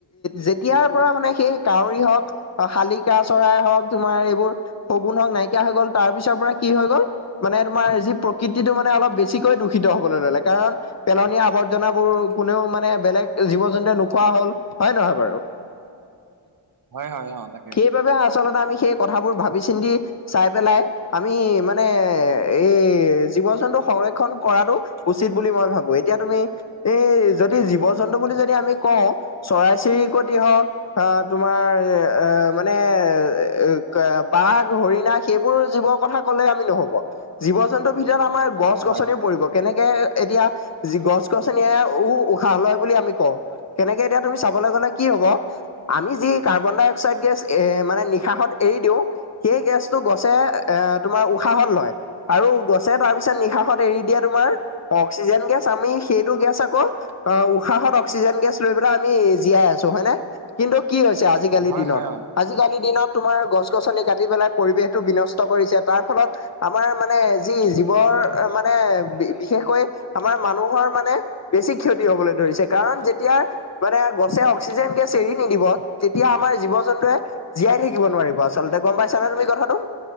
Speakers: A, on the left; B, on the right.
A: যেতিয়াৰ পৰা মানে সেই কাউৰী হওক বা শালিকা চৰাই হওক তোমাৰ এইবোৰ শগুনক হওক নাইকিয়া হৈ গ'ল তাৰ পিছৰ পৰা কি হৈ গ'ল মানে তোমাৰ যি প্ৰকৃতিটো মানে অলপ বেছিকৈ দূষিত হবলৈ ল'লে। কাৰণ পেলনীয়া আৱৰ্জনাবোৰ কোনেও মানে বেলেগ জীৱ জন্তুৱে নোখোৱা হল। হয় নহয় বাৰু?
B: হয়, হয়, অ', তাকে।
A: সেইবাবে আচলতে আমি সেই কথাবোৰ ভাবি চিন্তি চাই পেলাই আমি মানে এই জীৱ জন্তু সংৰক্ষণ কৰাটো উচিত বুলি মই ভাবো। এতিয়া তুমি এই যদি জীৱ জন্তু বুলি যদি আমি কওঁ চৰাই চিৰিকট হওক আহ তোমাৰ এ মানে এ বাঘ হৰিণা সেইবোৰ জীৱৰ কথা ক'লে আমি নহব জীৱ জন্তুৰ ভিতৰত আমাৰ। গছ
B: হয়
A: গছনিও
B: হয়
A: পৰিব কেনেকে এতিয়া গছ গছনিয়েও উশাহ লয় বুলি আমি কওঁ। কেনেকে এতিয়া তুমি চাবলৈ গলে কি হব আমি যি কাৰ্বন ডাই অক্সাইড গেছ এ মানে নিশাহত এৰি দিওঁ এই গেছটো গছে এ তোমাৰ উশাহন লয়। আৰু গছে তাৰপিছত নিশাহত এৰি দিয়ে তোমাৰ অক্সিজেন গেছ আমি সেইটো গেছ আকৌ অ', উশাহত অক্সিজেন গেছ লৈ পেলাই আমি জীয়াই আছোঁ হয় নে? কিন্তু কি হৈছে আজিকালি
B: হয়
A: দিনত,
B: হয় অ
A: আজিকালি দিনত তোমাৰ গছ গছনি কাটি পেলাই পৰিৱেশ টো বিনষ্ট কৰিছে তাৰ ফলত আমাৰ মানে যি জীৱৰ মানে বিশেষকৈ আমাৰ মানুহৰ মানে বেছি ক্ষতি হবলৈ ধৰিছে কাৰণ যেতিয়া মানে গছে অক্সিজেন গেছ এৰি নিদিব। তেতিয়া আমাৰ জীৱ জন্তুৱে জীয়াই থাকিব নোৱাৰিব আচলতে গম পাইছা নে তুমি কথাটো।